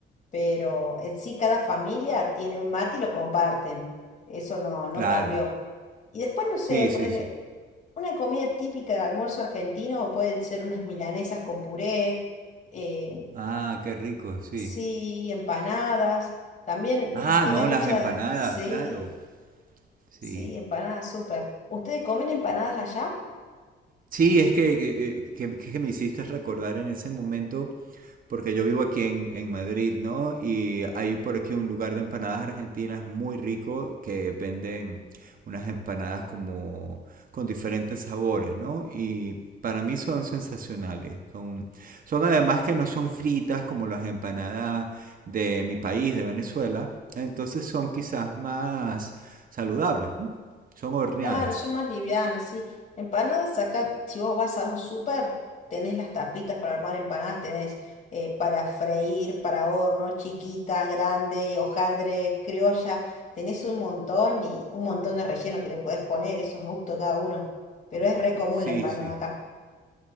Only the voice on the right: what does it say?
Claro.
Sí,
sí, sí.
Ah, qué rico, sí.
Ah,
no,
las empanadas,
claro. Sí.
Sí, es que, que, eh, que- que me hiciste recordar en ese momento porque yo vivo aquí en, en Madrid, ¿no? Y hay por aquí un lugar de empanadas argentinas muy rico que venden unas empanadas como con diferentes sabores, ¿no? Y para mí son sensacionales. Son, son además que no son fritas como las empanadas de mi país, de Venezuela. Entonces son quizás más saludables, ¿no? Son horneadas.
Sí,
sí.
sí.